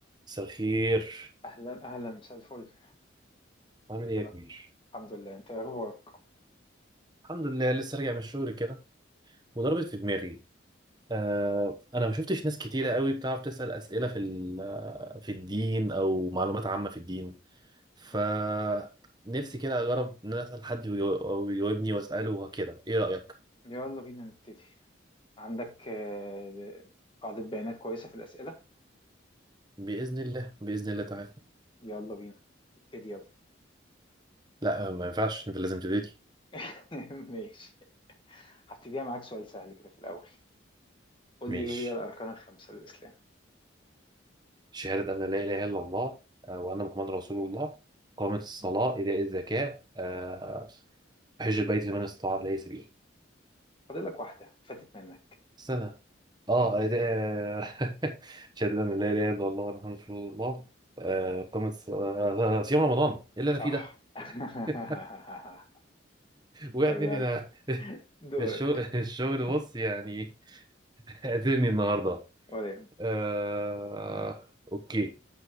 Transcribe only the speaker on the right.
مساء الخير
عامل ايه
يا
كبير
الحمد لله لسه راجع من الشغل كده وضربت في دماغي آه انا ما شفتش ناس كتيره قوي بتعرف تسأل اسئله في ال- آه، في الدين او معلومات عامه في الدين ف
نفسي كده اجرب ان انا اسال حد ويجاو- او يجاوبني واساله وكده ايه رايك
باذن الله باذن الله تعالى
لا آه، ما ينفعش انت لازم تبتدي
ماشي
شهاده ان لا اله الا الله آه، وان محمد رسول الله قامت الصلاه ايتاء الزكاه آه، حج البيت لمن استطاع إليه سبيلا
استنى اه ده <laughs> شهادة أن لا إله إلا الله وأن محمد رسول الله آه، قامت ص- آه، آه، آه، صيام رمضان إيه اللي
أنا فيه ده
<laughs> وقعت
مني أنا <laughs>
الشغل الشغل
بص يعني <laughs> قاتلني النهاردة
آه... أوكي